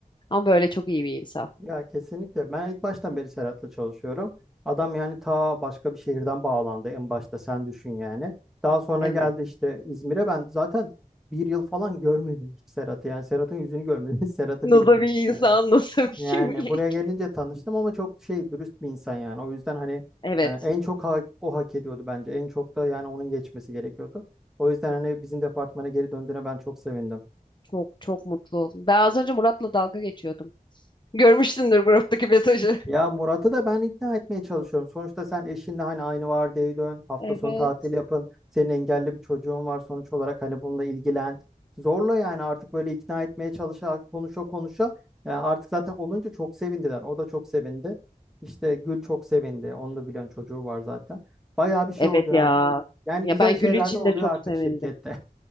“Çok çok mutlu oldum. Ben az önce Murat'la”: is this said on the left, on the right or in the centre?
Left